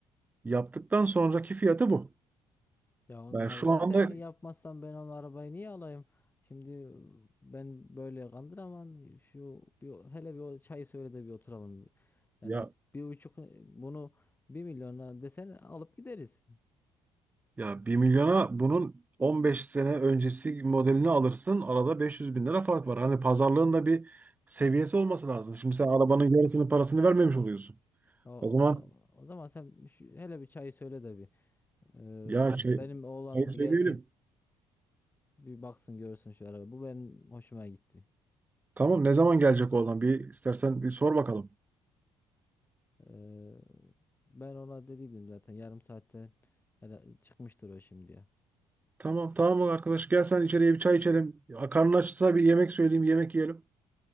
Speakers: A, on the right; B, on the left.
A: Yaptıktan sonraki fiyatı bu.
B: Ya onlar
A: Ben şu
B: zaten
A: anda
B: yapmazsam ben onu arabayı niye alayım? Şimdi ben böyle kandıramam. Şu bir, hele bir o çay söyle de bir oturalım. Yani
A: ya
B: bir buçuk bunu bir milyona desen alıp gideriz.
A: ya bir milyona bunun 15 sene öncesi modelini alırsın. Arada 500 bin lira fark var. Hani pazarlığın da bir seviyesi olması lazım. Şimdi sen
B: Ya,
A: arabanın yarısının parasını vermemiş oluyorsun.
B: O,
A: O zaman
B: o, zaman, o zaman sen şu- hele bir çayı söyle de bir. Ee,
A: ya
B: ben-
A: şey,
B: benim oğlan
A: şey
B: da
A: söyleyebilirim.
B: gelsin. Bir baksın görsün şu araba. Bu benim hoşuma gitti.
A: Tamam ne zaman gelecek oğlan? Bir istersen bir sor bakalım.
B: Ee, ben ona dediydim zaten yarım saatte hele çıkmıştır o şimdiye.
A: Tamam tamam bak arkadaş gel sen içeriye bir çay içelim. Ya, Karnın açsa bir yemek söyleyeyim yemek yiyelim.